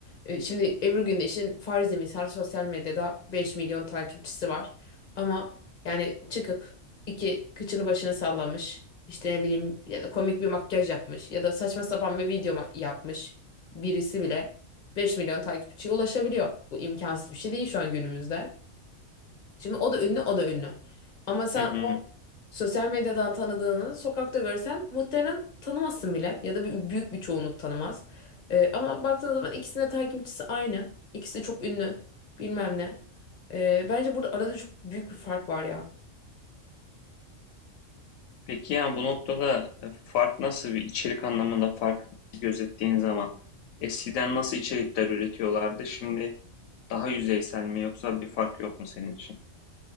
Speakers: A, on the left (about 40°); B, on the left (about 80°).
A: E, şimdi Ebru Gündeş'in farzi misal sosyal medyada 5 milyon takipçisi var. Ama yani çıkıp iki kıçını başını sallamış. İşte ne bileyim ya da komik bir makyaj yapmış ya da saçma sapan bir video ma- yapmış birisi bile 5 milyon takipçiye ulaşabiliyor. Bu imkansız bir şey değil şu an günümüzde. Şimdi o da ünlü, o da ünlü. Ama sen
B: Hı hı.
A: o sosyal medyadan tanıdığını sokakta görsen muhtemelen tanımazsın bile ya da bir, büyük bir çoğunluk tanımaz. Ee, ama baktığın zaman ikisinin de takipçisi aynı. İkisi de çok ünlü, bilmem ne. Ee, bence burada arada çok büyük bir fark var ya.
B: Peki yani bu noktada e, fark nasıl bir içerik anlamında fark gözettiğin zaman eskiden nasıl içerikler üretiyorlardı şimdi daha yüzeysel mi yoksa bir fark yok mu senin için?